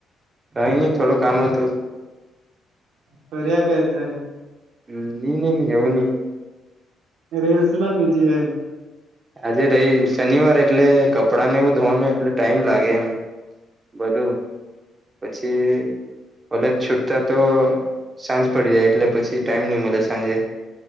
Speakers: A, on the right (about 30°); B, on the right (about 80°).
A: કઈ નહી થોડું કામ હતું.
B: ફર્યા કરશે
A: અ ની, ની, ની એવું ની.
B: રિલ્સ માં બીજી, હેં?
A: આજે રહી શનિવાર, એટલે કપડાં ને એવું ધોવાનું એટલે ટાઈમ લાગે એમ. બધું, પછી, કોલેજ છૂટતા તો સાંજ પડી જાય, એટલે પછી ટાઈમ નહી મલે સાંજે